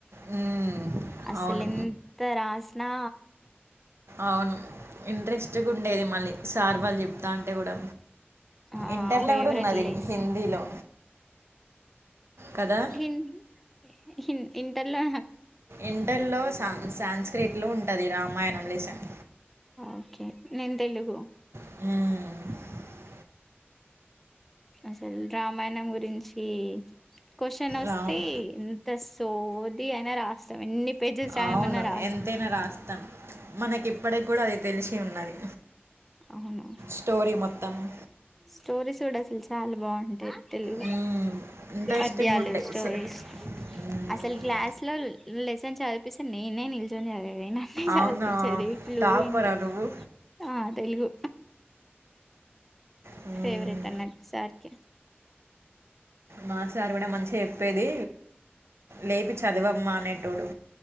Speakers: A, on the right; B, in the centre.
A: మ్మ్.
B: అసలు
A: అవును
B: ఎంత రాసినా
A: అవును ఇంట్రెస్ట్గా ఉండేది మళ్ళీ సార్ వాళ్ళు చెప్తా అంటే కూడా
B: ఆ
A: ఇంటర్లో
B: ఫేవరట్
A: కూడా ఉన్నది
B: లెసన్
A: హిందీలో కదా
B: హ్మ్ హిందీ ఇంటర్ లో
A: ఇంటల్లో సా సాన్స్క్రిట్లు ఉంటుంది రామాయణం లేసన్
B: ఓకే నేను తెలుగు
A: హ్మ్
B: అసలు రామాయణం గురించి క్వాశాన్ వస్తే
A: రామ్
B: ఎంత సోది అయిన రాస్తాం ఎన్ని పేజెస్ రాయమన్నా
A: అవును
B: రాస్తాం
A: ఎంతైనా రాస్తాం మనకి ఇప్పటి కూడా అది తెలిసి ఉన్నది
B: అవును
A: స్టోరీ మొత్తం
B: స్టోరీస్ కూడా అసలు చాలా బాగుంటాయి తెలుగు
A: హ్మ్. ఇంట్రెస్టింగ్‌గా
B: పద్యాలు
A: ఉంటాయి.
B: స్టోరీస్
A: స్ హ్మ్.
B: అసలు క్లాస్ ల్లో లెసన్ చదిపిస్తే నేనే నిల్చున్నే దాన్ని ఏదైనంటే చదిపించేది
A: అవునా!
B: ఫ్లూ
A: టాపరా
B: ఏంటి
A: నువ్వు?
B: ఆ తెలుగు
A: హ్మ్.
B: ఫేవరెట్ అన్నట్టు సార్కిే
A: మాసారు కూడా మంచిగా చెప్పేది లేపి చదువమ్మ అనేటోడు